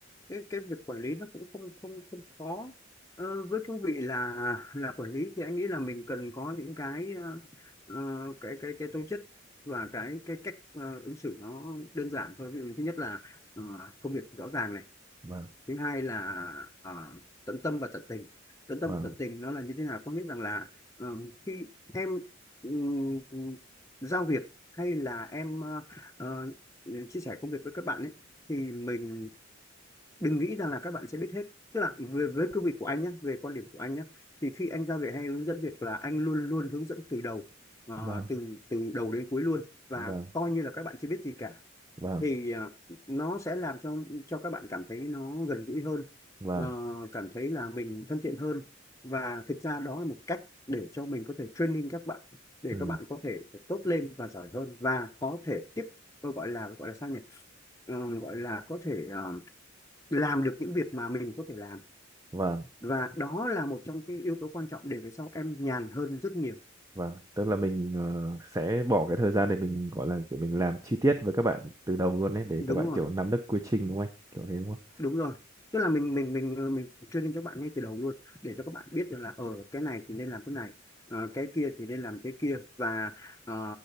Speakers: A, on the left (about 15°); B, on the right (about 15°).
A: cái cái việc quản lý nó cũng không không không khó. Ờ, với cương vị là là quản lý thì anh nghĩ là mình cần có những cái ờ, ờ, cái cái cái tố chất và cái cái cách ờ, ứng xử nó đơn giản thôi. Ví dụ thứ nhất là ờ, công việc rõ ràng này
B: vâng
A: thứ hai là ờ, tận tâm và tận tình tận tâm
B: vâng
A: và tận tình nó là như thế nào có nghĩa rằng là ờ, khi em ừm, giao việc hay là em ờ, ờ, chia sẻ công việc với các bạn ấy thì mình đừng nghĩ rằng là các bạn sẽ biết hết tức là về với cương vị của anh nhé về quan điểm của anh nhé thì khi anh giao việc hay hướng dẫn việc là anh luôn luôn hướng dẫn từ đầu ờ,
B: vâng
A: từ từ đầu đến cuối luôn và
B: vâng
A: coi như là các bạn chưa biết gì cả
B: vâng
A: thì à, nó sẽ làm cho cho các bạn cảm thấy nó gần gũi hơn
B: vâng
A: ờ, cảm thấy là mình thân thiện hơn và thực ra đó là một cách để cho mình có thể training các bạn để
B: ừ,
A: các bạn có thể tốt lên và giỏi hơn và có thể tiếp tôi gọi là gọi là sao nhỉ Ờ, gọi là có thể ờ, làm được những việc mà mình có thể làm
B: vâng
A: và đó là một trong cái yếu tố quan trọng để về sau em nhàn hơn rất nhiều
B: vâng tức là mình ờ, sẽ bỏ cái thời gian để mình gọi là kiểu mình làm chi tiết với các bạn từ đầu luôn đấy để
A: đúng
B: các bạn
A: rồi
B: kiểu nắm được quy trình đúng không anh kiểu thế đúng không
A: đúng rồi tức là mình mình mình mình training cho các bạn ngay từ đầu luôn để cho các bạn biết được là ở cái này thì nên làm cái này ờ, cái kia thì nên làm cái kia và ờ,